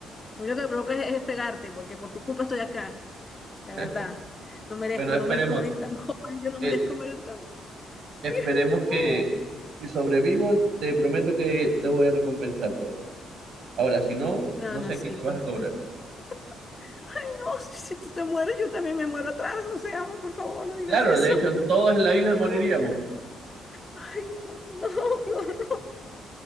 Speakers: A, on the left; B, on the right.
A: A mí lo que me provoca es, es pegarte, porque por tu culpa estoy acá, de verdad.
B: <laughs>
A: No merezco,
B: Bueno, esperemos.
A: no merezco morir tan joven, yo no
B: Eh,
A: merezco morir tan
B: Esperemos
A: <laughs>
B: que si sobrevivo, te prometo que te voy a recompensar por eso. Ahora, si no,
A: No,
B: no
A: No, no,
B: sé
A: sí.
B: a quién le vas a cobrar.
A: <laughs> Ay, no, si, si tú te mueres, yo también me muero atrás. O sea, amor, por favor, no digas
B: Claro,
A: eso.
B: de hecho, en todos en la isla moriríamos.
A: No, ay, no, no, <laughs> qué horror.